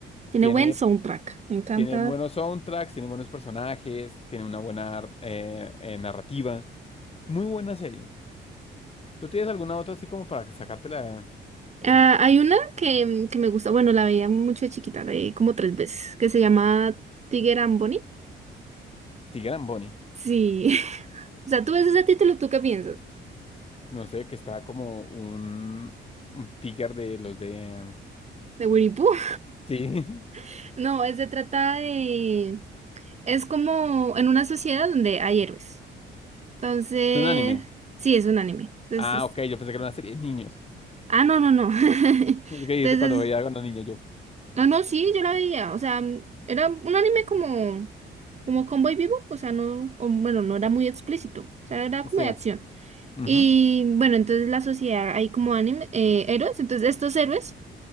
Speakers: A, on the right; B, on the left.
A: Tiene
B: Tiene,
A: buen soundtrack, me encanta.
B: tiene buenos soundtracks, tiene buenos personajes, tiene una buena eh, eh, narrativa. Muy buena serie. ¿Tú tienes alguna otra así como para sacártela? Mm,
A: Ah, hay una que, que me gusta, bueno, la veía mucho de chiquita, la vi como tres veces, que se llama Tiger and Bunny.
B: Tiger and Bunny.
A: Sí. <laughs> O sea, tú ves ese título, ¿tú qué piensas?
B: No sé, que está como un, un tiger de los de...
A: ¿De Winnie Pooh?
B: Sí, <laughs>
A: <laughs> No, es- se trata de... Es como en una sociedad donde hay héroes. Entonces,
B: es un anime.
A: sí, es un anime. Entonces,
B: Ah, ok, yo pensé que era una serie de niños.
A: ah, no, no, no. <laughs>
B: <laughs> Es que dice
A: Entonces,
B: cuando veía cuando niño yo.
A: no, no, sí, yo la veía. O sea, mm, era un anime como, como Cowboy Vivo. O sea, no, o, bueno, no era muy explícito. O sea, era como
B: Sí.
A: de acción.
B: Ujú,
A: Y bueno, entonces la sociedad hay como anime, eh, héroes. Entonces, estos héroes